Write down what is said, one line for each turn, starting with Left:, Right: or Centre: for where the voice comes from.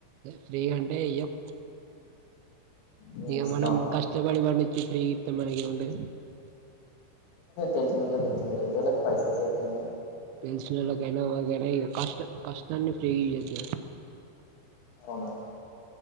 Right: ఫ్రీగా అంటే ఇయ్యం,
Left: మేము
Right: ఇగ
Left: ఇస్తాం
Right: మన
Left: అట్లా
Right: కష్టపడి పండించి ఫ్రీగా, ఇతే మనకి ఉంటాయి,
Left: తెలిసిన ఒళ్ళకి ఇతం వేరేటోలకి పైసల కే ఇతం గాని,
Right: తెలిసినోళ్లకైనా ఎవరికీ అయినా ఇగ కష్టాన్ని ఫ్రీగా ఇయ్యద్దుగా,
Left: అవునా